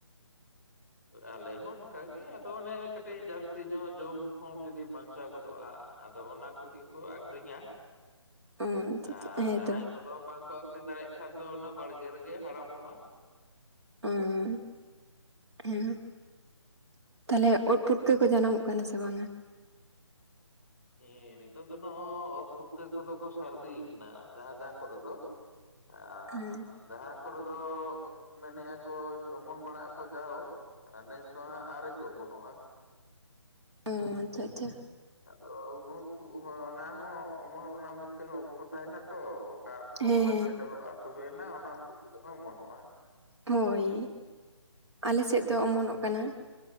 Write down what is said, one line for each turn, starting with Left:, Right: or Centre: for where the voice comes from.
Centre: ᱟᱞᱮ ᱦᱚᱸ ᱚᱱᱠᱟᱜᱮ ᱟᱫᱚ ᱚᱱᱮ ᱠᱟᱹᱴᱤᱡ ᱡᱟᱹᱥᱛᱤ ᱧᱚᱜ ᱡᱚᱢ ᱠᱷᱚᱱ ᱡᱩᱫᱤ ᱵᱟᱧ ᱜᱚᱫᱚᱜᱼᱟ ᱟᱫᱚ ᱚᱱᱟ ᱠᱚᱜᱮ ᱠᱚ ᱟᱹᱠᱷᱨᱤᱧᱟ
Right: ᱚᱸ ᱪᱮ
Centre: ᱟᱨ
Right: ᱪᱮ ᱦᱮᱸᱛᱚ
Centre: ᱡᱟᱦᱟᱸᱭ ᱠᱚ ᱟᱫᱚ ᱵᱟᱝᱠᱚ ᱟᱹᱠᱷᱨᱮᱧ ᱫᱟᱲᱮᱭᱟᱜ ᱠᱷᱟᱱ ᱫᱚ ᱚᱱᱟ ᱵᱟᱲᱜᱮ ᱨᱮᱜᱮ ᱦᱟᱲᱟᱢᱚᱜᱼᱟ ᱾
Right: <unintelligible> ᱦᱮᱸ, ᱛᱟᱦᱚᱞᱮ ᱩᱫ ᱯᱩᱴᱠᱟᱹ ᱠᱚ ᱡᱟᱱᱟᱢᱚᱜ ᱠᱟᱱᱟ ᱥᱮ ᱵᱟᱝᱟ?
Centre: ᱦᱮᱸ ᱱᱤᱛᱚᱜ ᱫᱚ ᱱᱚᱜᱼᱚᱭ ᱚᱛ ᱯᱩᱴᱠᱟᱹ ᱠᱚᱫᱚ ᱠᱚ ᱥᱟᱨᱫᱤ ᱠᱟᱱᱟ ᱡᱟᱦᱟᱸ ᱛᱟᱦᱟᱸ ᱠᱚᱨᱮ ᱫᱚ᱾ ᱟᱨ
Right: ᱦᱮᱸ
Centre: ᱡᱟᱦᱟᱸ ᱠᱚᱨᱮ ᱫᱚ ᱢᱮᱱᱮᱫ ᱟᱠᱚ ᱚᱢᱚᱱ ᱵᱟᱲᱟᱜ ᱟᱠᱚ ᱡᱟᱣ, ᱱᱮᱥ ᱫᱚ ᱦᱟᱸᱜ ᱟᱹᱣᱨᱤ ᱠᱚ ᱚᱢᱚᱱᱚᱜᱼᱟ᱾
Right: ᱚ ᱟᱪᱪᱷᱟ ᱟᱪᱪᱷᱟ,
Centre: ᱟᱫᱚ ᱩᱱᱩᱠ ᱠᱚᱦᱚ ᱚᱱᱟ ᱦᱚᱸ ᱚᱢᱚᱱᱚᱜ ᱚᱱᱟ ᱢᱤᱫ ᱴᱟᱝ ᱚᱠᱛᱚ ᱛᱟᱦᱮᱸᱱᱟ ᱛᱚ, ᱚᱠᱟ ᱚᱠᱛᱚ
Right: ᱦᱮᱸ
Centre: ᱚᱱᱟ
Right: ᱦᱮᱸ
Centre: ᱥᱮᱴᱮᱨᱚᱜᱼᱟ ᱛᱚᱵᱮᱱᱟᱜ ᱚᱱᱟ ᱩᱫ ᱦᱚᱸ ᱚᱢᱚᱱᱚᱜᱼᱟ ᱾
Right: ᱦᱳᱭ ᱟᱞᱮ ᱥᱮᱫ ᱫᱚ ᱚᱢᱚᱱᱚᱜ ᱠᱟᱱᱟ᱾